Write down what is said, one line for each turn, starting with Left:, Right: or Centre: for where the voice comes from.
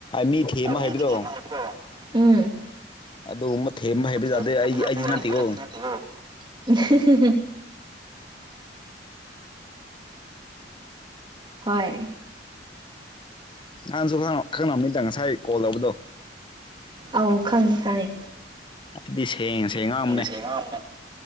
Left: ꯃꯤ ꯊꯦꯝ ꯑꯃ
Right: ꯃꯤ
Left: ꯍꯥꯏꯕꯗꯣ
Right: ꯊꯦꯝꯕ ꯍꯥꯏꯕꯗꯣ ꯎꯝ
Left: ꯑꯗꯨ ꯃꯊꯦ ꯑꯃ ꯍꯥꯏꯕ
Right: ꯊꯦꯝꯕ
Left: ꯌꯥꯥꯗꯦ
Right: ꯍꯩꯕ
Left: ꯑꯩ
Right: ꯌꯥꯗꯦ
Left: ꯑꯩꯗꯤ ꯅꯠꯇꯦꯀꯣ
Right: ꯅꯠꯇꯦꯀꯣ <unintelligible> ꯍꯣꯏ
Left: ꯅꯍꯥꯟꯁꯨ ꯈꯪꯅꯕꯅꯤꯗ ꯉꯁꯥꯏ ꯀꯣꯜ ꯇꯧꯕꯗꯣ
Right: ꯑꯥꯎ ꯈꯪꯉꯦ ꯈꯪꯉꯦ
Left: ꯑꯩꯗꯤ ꯁꯦꯡꯉ ꯁꯦꯡ ꯉꯥꯡ ꯑꯃꯅꯦ
Right: ꯁꯦꯡꯅ ꯉꯥꯡꯕꯅꯦ